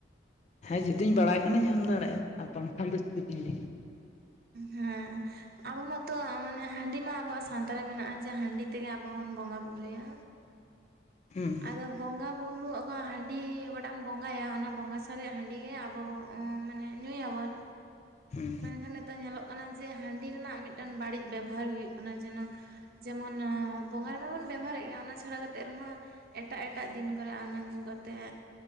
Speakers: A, on the left; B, on the right.
A: ᱦᱮᱸ ᱡᱩᱫᱤᱧ ᱵᱟᱲᱟᱭ ᱠᱷᱟᱱᱤᱧ ᱮᱢ ᱫᱟᱲᱮᱭᱟᱜ-ᱟ ᱟᱨ ᱵᱟᱝ ᱠᱷᱟᱱ ᱫᱚ ᱪᱤᱠᱟᱹᱛᱤᱧ ᱞᱟᱹᱭ ᱟ
B: ᱦᱮᱸ ᱟᱵᱚ ᱢᱟᱛᱚ ᱢᱟᱱᱮ ᱦᱟᱺᱰᱤ ᱢᱟ ᱟᱵᱚᱣᱟᱜ ᱥᱟᱶᱛᱮ ᱢᱮᱱᱟᱜᱼᱟ ᱡᱮ ᱦᱟᱺᱰᱤ ᱛᱮᱜᱮ ᱟᱵᱚ ᱵᱚᱱ ᱵᱚᱸᱜᱟ ᱵᱩᱨᱩᱭᱟ
A: ᱦᱩᱸ
B: ᱟᱫᱚ ᱵᱚᱸᱜᱟ ᱵᱩᱨᱩ ᱚᱠᱟ ᱦᱟᱺᱰᱤ ᱚᱠᱟᱴᱟᱜ ᱮᱢ ᱵᱚᱸᱜᱟᱭᱟ ᱚᱱᱟ ᱵᱚᱸᱜᱟ ᱥᱟᱨᱮᱡ ᱦᱟᱺᱰᱤ ᱜᱮ ᱟᱵᱚ ᱚᱸᱻ ᱢᱟᱱᱮ ᱧᱩᱭᱟᱵᱚᱱ
A: ᱦᱩᱸ
B: ᱢᱮᱱᱠᱷᱟᱱ ᱱᱤᱛᱚᱜ ᱧᱮᱞᱚᱜ ᱠᱟᱱᱟ ᱡᱮ ᱦᱟᱺᱰᱤ ᱨᱮᱱᱟᱜ ᱢᱤᱫᱴᱮᱱ ᱵᱟᱹᱲᱤᱡ ᱵᱮᱵᱚᱦᱟᱨ ᱦᱩᱭᱩᱜ ᱠᱟᱱᱟ ᱡᱮᱱᱚ ᱡᱮᱢᱚᱱ ᱵᱚᱸᱜᱟ ᱨᱮᱢᱟ ᱵᱚᱱ ᱵᱮᱵᱚᱦᱟᱨᱮᱫ ᱜᱮ ᱚᱱᱟ ᱪᱷᱟᱲᱟ ᱠᱟᱛᱮᱜ ᱨᱮᱦᱚᱸ ᱮᱴᱟᱜᱼᱮᱴᱟᱜ ᱫᱤᱱ ᱠᱚᱨᱮ ᱚᱱᱟ ᱧᱩ ᱠᱟᱛᱮᱫ